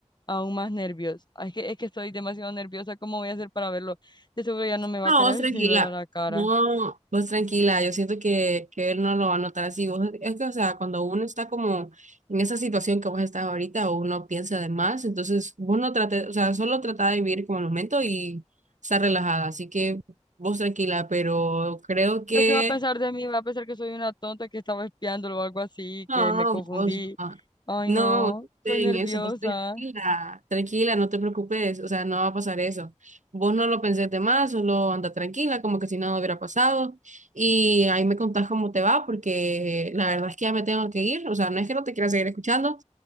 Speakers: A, on the left; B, on the right.
A: aún más nervios. Ah, Es que, es que estoy demasiado nerviosa. ¿Cómo voy a hacer para verlo? De seguro ya no me va
B: No,
A: a querer
B: vos tranquila.
A: <laughs> ni ver a la cara.
B: No, vos tranquila. Yo siento que, que él no lo va a notar así. Vos, es que, o sea, cuando uno está como en esa situación que vos estás ahorita, uno piensa de más, entonces vos no trates, o sea, solo trata de vivir como el momento y estar relajada. Así que vos tranquila, pero creo que...
A: ¿Pero qué va a pensar de mí? ¿Va a pensar que soy una tonta que estaba espiándolo o algo así,
B: No,
A: que me confundí?
B: vos no.
A: Ay,
B: No,
A: no,
B: vos no
A: estoy
B: estés
A: nerviosa.
B: en eso, vos tranquila, tranquila, no te preocupes, o sea, no va a pasar eso. Vos no lo pensés de más, solo anda tranquila, como que si nada hubiera pasado. Y ahí me contás cómo te va, porque la verdad es que ya me tengo que ir, o sea, no es que no te quiera seguir escuchando,